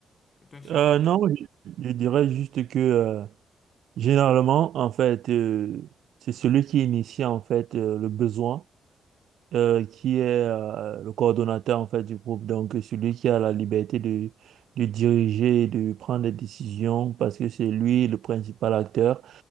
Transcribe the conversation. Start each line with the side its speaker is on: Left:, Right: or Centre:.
Left: C'est un chef?
Right: Euh, non, je, je dirais juste que euh, généralement, en fait, euh, c'est celui qui initie en fait euh, le besoin, euh, qui est euh, le coordonnateur en fait du groupe. Donc, celui qui a la liberté de, de diriger, et de prendre des décisions, parce que c'est lui le principal acteur.